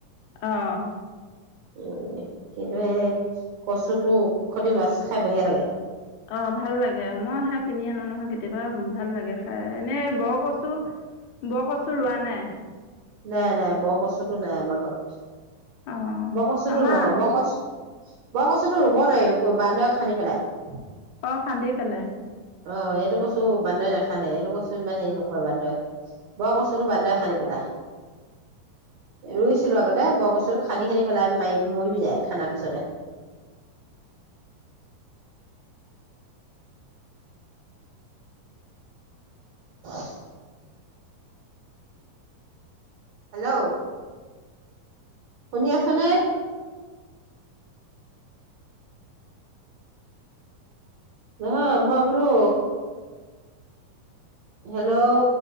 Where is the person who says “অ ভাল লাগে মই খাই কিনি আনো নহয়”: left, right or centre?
Left